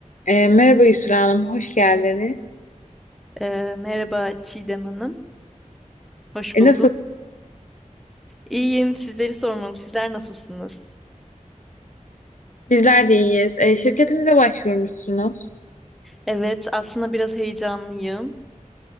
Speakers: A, on the left (about 70°); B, in the centre.
A: E, merhaba Yusra Hanım, hoş geldiniz.
B: Ee, merhaba Çiğdem Hanım. Hoş
A: E,
B: buldum.
A: nasıl?
B: İyiyim. Sizleri sormalı. Sizler nasılsınız?
A: Bizler de iyiyiz. E, şirketimize başvurmuşsunuz.
B: Evet, aslında biraz heyecanlıyım.